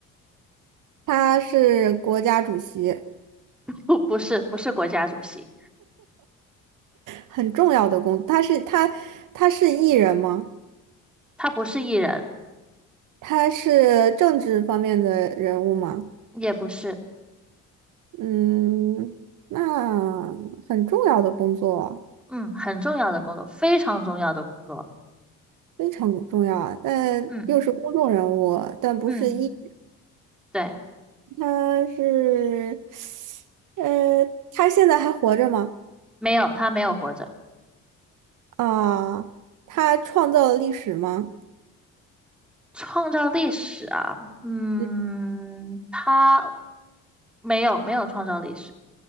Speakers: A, on the right; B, in the centre.
A: 他是国家主席，
B: <laughs> 不不是不是国家主席，
A: 很重要的工他是他他是艺人吗？
B: 他不是艺人，
A: 他是政治方面的人物吗？
B: 也不是。
A: 嗯，那很重要的工作，
B: 嗯，很重要的工作，非常重要的工作。
A: 非常重要啊，但又是公众人物，
B: 嗯
A: 但不是艺。
B: 嗯，对，
A: 他是，呃，他现在还活着吗？
B: 没有，他没有活着，
A: 啊，他创造了历史吗？
B: 创造历史啊，嗯，
A: 嗯，
B: 他没有没有创造历史，